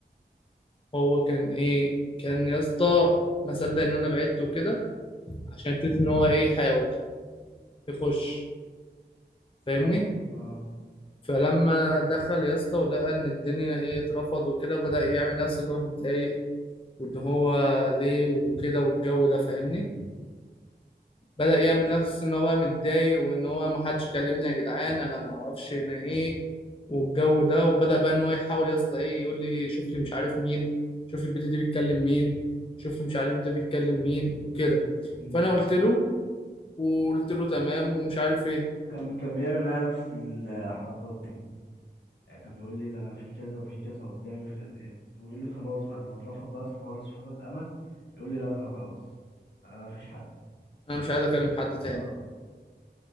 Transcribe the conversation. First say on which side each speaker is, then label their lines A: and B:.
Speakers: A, on the left; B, on the left.
A: هو كان ايه كان يا اسطى ما صدق ان انا بعدت وكده عشان يبتدي ان هو ايه يحاول يخش فاهمني
B: اه اه
A: فلما دخل يا اسطى ولقى ان الدنيا ايه اترفض وكده بدأ يعمل نفسه ان هو متضايق وان هو ليه وكده والجو ده فاهمني بدأ يعمل نفس ان هو بقى متضايق وان هو ما حدش كلمني يا جدعان انا ما اعرفش انا ايه والجو ده وبدأ بقى ان هو يحاول يا اسطى ايه يقول لي شوف لي مش عارف مين شوف لي البت دي بيتكلم مين شوف لي مش عارف ده بيتكلم مين وكده
B: امم
A: فانا قلت له وقلت له تمام ومش عارف ايه
B: كان كان بيعمل معايا نفس الحركات دي يعني كان بيقول لي ده انا في كذا وفي كذا قدامي في كذا ويقول لي خلاص بعد ما اترفض بس خالص في فقد الامل يقول لي لا ده انا خلاص انا ما فيش حد
A: انا مش عايز اكلم حد تاني
B: اه